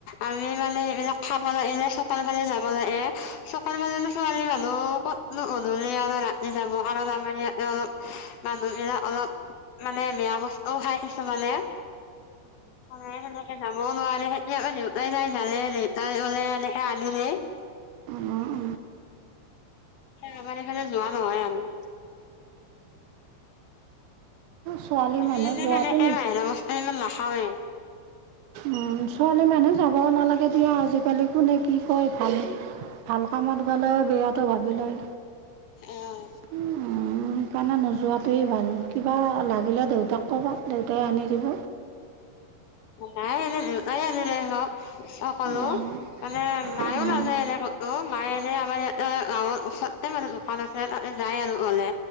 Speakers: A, on the left; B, on the right.
A: আমি মানে এইবিলাক খাব লাগে চকল ফালে যাব লাগে। চক নু ছোৱালী মানুহ ক'তনো গধূলি আৰু ৰাতি যাব। কাৰণ আমাৰ ইয়াতে অলপ মানুহবিলাক অলপ মানে বেয়া বা কিছুমানে, কৰে সেনেকে যাবও নোৱাৰোন, দেউতাই যায়, জালে দেউতাই গলে এনেকে আনিলেই
B: উম। উম।
A: আমাৰ এইফালে যোৱা নহয় আৰু।
B: ছোৱালী
A: আমি
B: মানুহ
A: মানে
B: যোৱাটো
A: সেনেকে
B: নি
A: বাহিৰা বস্তু ইমান নাখাওৱে।
B: উম, ছোৱালী মানুহ যাব নালাগে দিয়া, আজিকালি কোনে কি কয় ভাল ভাল কামত গ'লেও বেয়াটো ভাবি লয়
A: আহ।
B: সেইকাৰণে নোযোৱাত টোৱে ভাল। কিবা লাগিলে দেউতাক ক'বা, দেউতাই আনি দিব।
A: নাই এনে দেউতাই আনিলে হক সকলো
B: উম,
A: মানে মায়ও
B: উম,
A: নযায় এনে কত, মায়ে এনে আমাৰ ইয়াতে গাঁৱৰ ওচৰতে মানে দোকান আছে যাই আৰু ওলে,